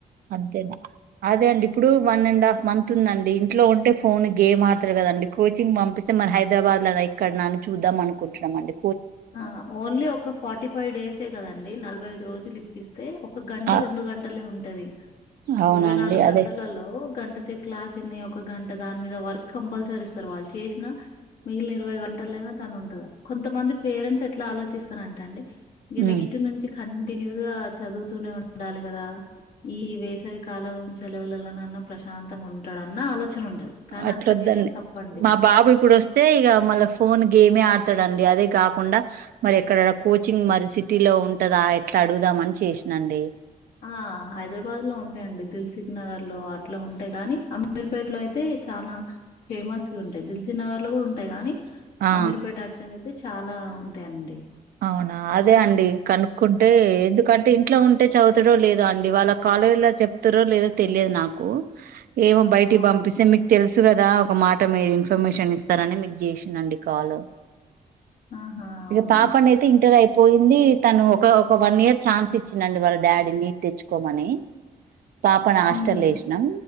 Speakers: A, on the right (about 80°); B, on the left (about 80°).
A: అంతేనా అదే అండి ఇప్పుడు వన్ అండ్ హాఫ్ మంత్ ఉందండి ఇంట్లో ఉంటే ఫోన్ గేమ్ ఆడతారు కదండి. కోచింగ్ పంపిస్తే మరి హైదరాబాద్. కద ఇక్కడ న చూద్దాం అనుకుంటున్నాం అండి.
B: ఆ ఓన్లీ ఒక ఫార్టీ ఫైవ్ డేసే కదండి నలభై ఐదు రోజులు ఇప్పిస్తే ఒక గంట
A: ఆ!
B: రెండు గంటలే ఉండ టది.
A: అవునా
B: ఇరవై
A: అండి
B: నాలుగు
A: అదే
B: గంటలలో గంట గంట సేపు క్లాస్ విని ఒక గంట దాని మీద వర్క్ కంపల్సరీ ఇస్తారు వాళ్ళు చేసినా మిగిలిన ఇరవై గంటలయినా తను ఉంటది. కొంతమంది. పేరెంట్స్ ఎట్లా ఆలోచిస్తారంటే అండి. ఇగ నెక్స్ట్
A: ఉమ్
B: నుంచి కన్ కంటిన్యూ గా చదువుతూనే ఉండాలి కదా ఈ వేసవి కాలం సెలవులలోన్నా ప్రశాంతంగా ఉంటాడన్న ఆలోచన ఉంటది కానీ
A: అట్లద్దండి
B: అట్లా చేయడం తప్పండి
A: మా బాబు ఇప్పుడు వస్తే ఇక మళ్ళా ఫోన్ గేమే ఆడతాడండి అదే కాకుండా మరి ఎక్కడ కోచింగ్ మరి సిటీలో ఉంటదా ఎట్లా అడుగుదాం అని చేసినండి
B: ఆ హైదరాబాద్ లో ఉంటాయండి దిల్ సిక్ నగర్ లో అట్లా ఉంటాయి కానీ అమిరుపేటలో అయితే చాలా ఫేమస్ వి ఉంటాయి దిల్సీ నగర్ లో కూడా ఉంటాయి గానీ
A: ఆ
B: అమీర్పేఠ అచ అతే చాలా ఉంటాయిండి
A: అవునా అదే అండి కనుక్కుంటే ఎందుకంటే ఇ ఇట్లా ఉంటే చదువుతారో లేదో అండి వాళ్ళ కాలేజీలా చెప్తారో లేదో తెలియదు నాకు ఏమో బయటికి
B: అవును
A: పంపిస్తే మీకు తెలుసు కదా ఒక మాట మీరు ఇన్ఫర్మేషన్ ఇస్తారని మీకు చేసినండి కాల్
B: ఆహా అవును
A: కాపన్ అయితే ఇంటర్ అయిపోయింది తను ఒక ఒక వన్ ఇయర్ ఛాన్స్ ఇచ్చినండి వాళ్ళ డాడీ నీట్ తెచ్చుకోమని పాపణ ఆష్టలేషణం
B: ఉమ్